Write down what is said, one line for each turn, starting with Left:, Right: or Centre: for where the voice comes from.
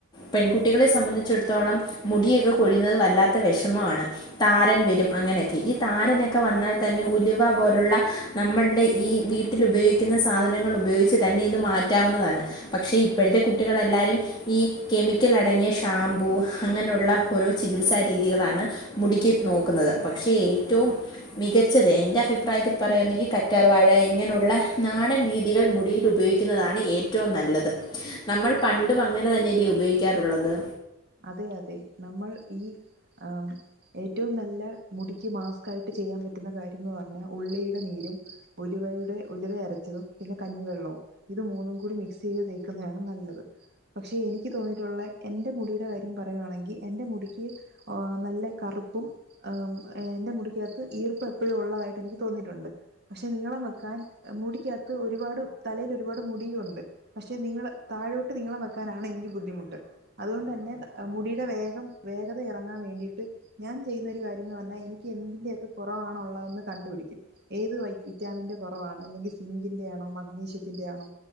Left: പെൺകുട്ടികളെ സംബന്ധിച്ചിടത്തോളം മുടിയൊക്കെ കൊഴിയുന്നത് വല്ലാത്ത വിഷമമാണ് താരൻ വരും അങ്ങനെയൊക്കെ ഈ താരനൊക്കെ വന്നാൽ തന്നെ ഉലുവ പോലുള്ള നമ്മൾടെ ഈ വീട്ടിലുപയോഗിക്കുന്ന സാധനങ്ങൾ ഉപയോഗിച്ച് തന്നെ ഇത് മാറ്റാവുന്നതാണ് പക്ഷെ ഇപ്പഴത്തെ കുട്ടികൾ എല്ലാരും ഈ കെമിക്കൽ അടങ്ങിയ ഷാംമ്പൂ അങ്ങനെയുള്ള ഓരോ ചികിത്സാരീതികളാണ് മുടിക്ക് നോക്കുന്നത് പക്ഷേ ഏറ്റവും മികച്ചത് എന്റെ അഭിപ്രായത്തിൽ പറയുന്നെങ്കിൽ കറ്റാർ വാഴ ഇങ്ങനെയുള്ള നാടൻ രീതികൾ മുടിയിലു പയോഗിക്കുന്നതാണ് ഏറ്റവും നല്ലത് നമ്മള് പണ്ടും അങ്ങനെ തന്നെല്ലേ ഉപയോഗിക്കാറുള്ളത്
Right: അതെ അതെ നമ്മൾ ഈ ആം ഏറ്റവും നല്ല മുടിക്ക് മാസ്കായിട്ട് ചെയ്യാൻ പറ്റുന്ന കാര്യംന്ന് പറഞ്ഞാ ഉള്ളീടെ നീരും ഉലുവയുടെ ഉലുവ അരച്ചതും പിന്നെ കഞ്ഞിവെള്ളവും ഇത് മൂന്നും കൂടി മിക്സ് ചെയ്ത് തേക്കുന്നതാണ് നല്ലത് പക്ഷെ എനിക്ക് തോന്നിയിട്ടുള്ള എന്റെ മുടിയു ടെ കാര്യം പറയുവാണെങ്കിൽ എന്റെ മുടിക്ക് ആഹ് നല്ല കറുപ്പും ഏഹ് എന്റെ മുടിക്കകത്ത് ഈർപ്പം എപ്പഴും ഉള്ളതായിട്ട് എനിക്ക് തോന്നിയിട്ടുണ്ട്. പക്ഷെ നീളം വെക്കാൻ മുടിക്കകത്ത് ഒരുപാട് തലേലൊരുപാട് മുടിയുണ്ട്. പക്ഷെ നീളം താഴോട്ട് നീളം വെക്കാനാണ് എനിക്ക് ബുദ്ധിമുട്ട് അതുകൊണ്ടെന്നെ മുടിയുടെ വേഗം വേഗത ഇറങ്ങാൻ വേണ്ടിയിട്ട് ഞാൻ ചെയ്യുന്ന ഒരു കാര്യം എന്ന് പറഞ്ഞാൽ എനിക്ക് എന്തിന്റെ ഒക്കെ കൊറവാണ് ഒള്ളതെന്ന് കണ്ടുപിടിക്കും. ഏത് വൈ വിറ്റാമിന്റെ കൊറവാണ് അല്ലെങ്കിൽ സിങ്കിന്റെ ആണോ മഗ്നീഷ്യത്തിന്റെ ആണോ